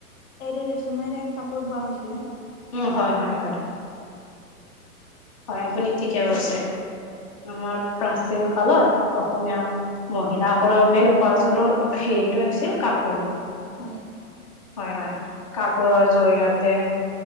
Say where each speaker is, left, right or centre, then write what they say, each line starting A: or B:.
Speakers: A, on the left; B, on the left.
A: এৰি চুমেৰেমেৰে কাপোৰ বোৱা হৈছিলে।
B: উম হয় হয় হয়। হয় আপুনি ঠিকে কৈছে আমাৰ প্ৰাচীন কালত অসমীয়া মহিলাসকলৰ মেইন উপাৰ্জনৰ হেৰিটোৱে আছিল কাপোৰ।
A: হয়
B: হয় হয়, কাপোৰৰ জৰিয়তে